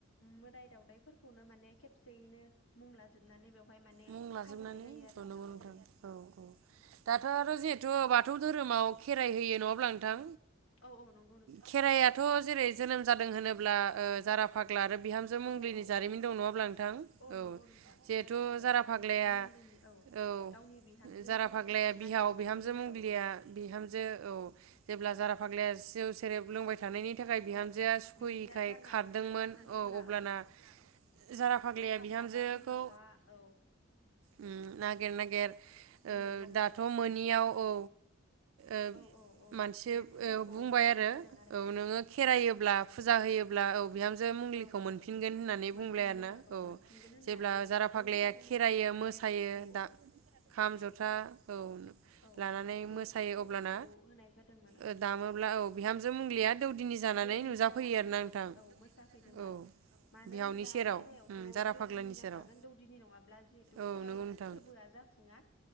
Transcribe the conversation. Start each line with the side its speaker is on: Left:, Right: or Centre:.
Left: मोदाय दावउदायफोरखौनो माने खेबसेयैनो मुंलाजोबनानै बेवहाय माने
Right: मुं लाजोबनानै
Left: फालिनाय जायो आरो
Right: गनो
Left: नोंथां औ
Right: गथ औ औ दाथ' आरो जिहेथु बाथौ धोरोमाव खेराइ होयो नङाब्ला नोंथां
Left: औ औ नंगौ नोंथां
Right: खेराइआथ' जेरै जोनोम जादों होनोब्ला ओ जारा फाग्ला आरो बिहामजो मंग्लिनि
Left: औ औ
Right: जारिमिन
Left: औ
Right: दं नङाब्ला नोंथां औ
Left: नंगौ नोंथां
Right: जिहेथु
Left: फाग्ला
Right: जारा
Left: आरो
Right: फाग्लाया
Left: बिहामजो मंलिनि
Right: औ
Left: गावनि बिहामजो
Right: जारा
Left: मंलिखौ
Right: फाग्लाया बिहाव
Left: नागिरनानै
Right: बिहामजो मंग्लिया
Left: औ औ
Right: बिहामजो औ जेब्ला जारा फाग्लाया जौ सेरेब लोंबाय थानायनि थाखाय
Left: औ
Right: बिहामजोआ
Left: औ औ
Right: सुखुयैखाय
Left: बिहामजोआ गारनानै
Right: खारदोंमोन
Left: थांदोंमोन
Right: औ
Left: अब्ला
Right: अब्लाना जारा फाग्लाया
Left: फाग्ला
Right: बिहामजोखौ
Left: बा बिहावा औ
Right: उम ना गेर नागेर ओ
Left: मोनैयाव माने
Right: दाथ' मोनियाव
Left: बे
Right: औ ओ
Left: औ औ औ
Right: मानसि
Left: बे
Right: ओ
Left: फुजाखौ
Right: बुंबाय
Left: होनाय
Right: आरो
Left: जादों आरोखि
Right: औ नाङो खेरायोब्ला फुजा
Left: औ
Right: होब्ला औ बिहाम जो मंग्लिखौ
Left: औ औ
Right: मोनफिनगोन
Left: औ
Right: होननानै
Left: मोनफिननो
Right: बुंब्लायाना औ
Left: मोनफिनगोन होननानै
Right: जेब्ला जारा
Left: सुबुंफोरा
Right: फाग्लाया
Left: बुंनायखाय
Right: बेरायो
Left: बेयो
Right: मोसायो
Left: औ
Right: दा
Left: औ
Right: खाम जथा औ
Left: औ
Right: लानानै
Left: औ बे
Right: मोसायो
Left: फुजाखौ
Right: अब्लाना
Left: होनाय जादोंमोन
Right: ओ
Left: औ
Right: दामोब्ला औ बिहामजो मंलिया दौदिनि जानानै
Left: दौदिनि
Right: नुजाफैयो
Left: जानानै
Right: आरोना
Left: औ
Right: नोंथां
Left: मोसाफैदोंमोन
Right: औ
Left: मानो
Right: बिहावनि
Left: होनब्ला
Right: सेराव
Left: खेराइायावथ'
Right: उम जारा
Left: दौदिनि
Right: फाग्लानि
Left: नांखागोन
Right: सेराव
Left: दौदिनि नङाब्ला जिहेतु
Right: औ
Left: खेराइ
Right: नंगौ नोंथां
Left: फोरबोआ जाफुङा